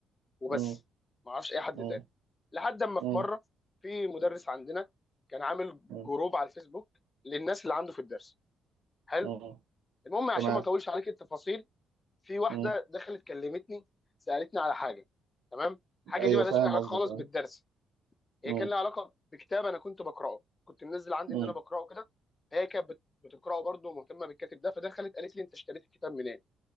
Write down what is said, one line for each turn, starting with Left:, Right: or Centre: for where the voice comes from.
Left: وبس
Right: مم.
Left: ما اعرفش اي حد
Right: مم.
Left: تاني لحد اما
Right: مم.
Left: في مره في مدرس عندنا كان عامل
Right: مم.
Left: جروب على الفيسبوك للناس اللي عنده في الدرس حلو
Right: مم.
Left: المهم عشان
Right: تمام
Left: ما اطولش عليك التفاصيل في واحده
Right: مم.
Left: دخلت كلمتني سالتني على حاجه تمام الحاجه
Right: ايوه
Left: دي مالهاش
Right: فاهم
Left: اي علاقه
Right: قصدك
Left: خالص
Right: اه
Left: بالدرس هي
Right: مم.
Left: كان لها علاقه بكتاب انا كنت بقراه كنت منزل عندي
Right: مم.
Left: ان انا بقراه كده هي كانت بت- بتقراه برضه ومهتمه بالكاتب ده فدخلت قالت لي انت اشتريت الكتاب منين